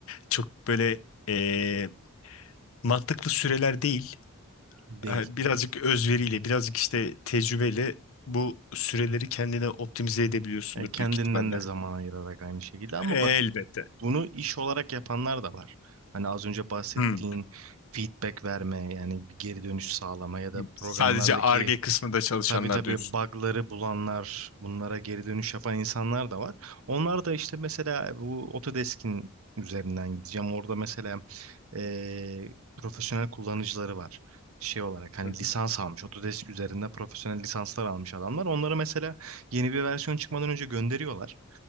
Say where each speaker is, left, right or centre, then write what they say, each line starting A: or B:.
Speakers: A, on the left; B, on the right.
A: çok böyle e, mantıklı süreler değil.
B: Değil.
A: Ha, Birazcık özveriyle, birazcık işte tecrübeyle bu süreleri kendine optimize edebiliyorsundur
B: E, Kendinden
A: büyük ihtimalle.
B: de zaman ayırarak aynı şekilde ama
A: Elbette.
B: bak bunu iş olarak yapanlar da var. Hani az önce bahsettiğin
A: Hmm.
B: feedback verme yani bir geri dönüş sağlama ya da programlardaki
A: Sadece Ar-Ge kısmında çalışanlar
B: Tabii tabii
A: diyorsun.
B: bug'ları bulanlar, bunlara geri dönüş yapan insanlar da var. Onlar da işte mesela bu Autodesk'in üzerinden gideceğim. Orada mesela e, profesyonel kullanıcıları var. Şey olarak hani
A: Hı hı.
B: lisans almış. Autodesk üzerinde profesyonel lisanslar almış adamlar. Onlara mesela yeni bir versiyon çıkmadan önce gönderiyorlar.